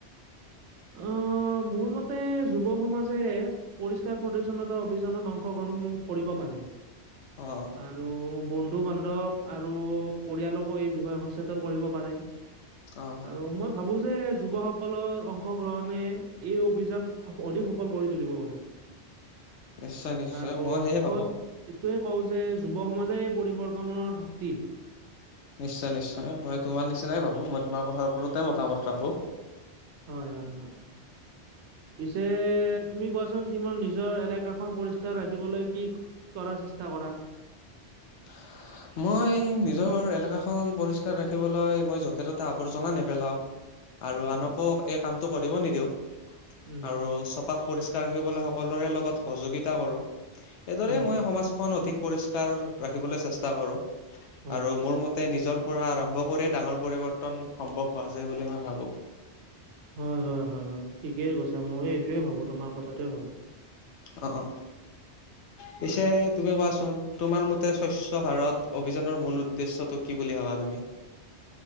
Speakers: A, on the right; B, on the left.
A: অ। অ মোৰ মতে যুৱ সমাজে পৰিষ্কাৰ পৰিচ্ছন্নতা অভিযানত অংশগ্ৰহণ কৰিব পাৰে
B: অ',
A: আৰু বন্ধু বান্ধৱ আৰু পৰিয়ালকো এই বিষয়ে সচেতন কৰিব পাৰে।
B: অ',
A: আৰু মই ভাবো যে যুৱসকলৰ অংশগ্ৰহণে এই অভিযান অধিক সফল কৰি তুলিব পাৰে
B: নিশ্চয় নিশ্চয়
A: আৰু
B: মই সেয়ে
A: শেষত
B: ভাবো।
A: তয়ে কওঁ যে যুৱ সমাজে পৰিৱৰ্তনৰ শক্তি।
B: নিশ্চয় নিশ্চয় মই তোমাৰ নিচিনাই ভাবোঁ, মই তোমাৰ কথা ওপৰতে মতামত ৰাখো।
A: হয় হয় হয় পিছে তুমি কোৱাচোন তোমাৰ নিজৰ এলেকাখন পৰিষ্কাৰ ৰাখিবলৈ কি কৰাৰ চেষ্টা কৰা?
B: <inaudible> মই নিজৰ এলেকাখন পৰিষ্কাৰ ৰাখিবলৈ মই য'তে ত'তে আৱৰ্জনা নেপেলাও। আৰু
A: উম
B: আনকো এই কামটো কৰিব নিদিওঁ।
A: উম
B: আৰু
A: উম
B: চৌপাশ পৰিষ্কাৰ ৰাখিবলৈ সকলোৰে লগত সহযোগিতা কৰো। এইদৰে
A: উম
B: মই সমাজখন অধিক পৰিষ্কাৰ ৰাখিবলৈ চেষ্টা কৰোঁ।
A: হয়
B: আৰু মোৰ মতে নিজৰ পৰা আৰম্ভ কৰি ডাঙৰ পৰিৱৰ্তন সম্ভৱ হোৱা যায় বুলি মই ভাবো।
A: হয় হয় হয় হয় ঠিকেই কৈছা ময়ো এইটোৱে ভাবো তোমাৰ কথাটোৱে ভাবো।
B: অ অ পিছে
A: অ
B: তুমি কোৱাচোন? তোমাৰ মতে স্বচ্ছ ভাৰত অভিযানৰ মূল উদ্দেশ্যটো কি বুলি ভাবা তুমি?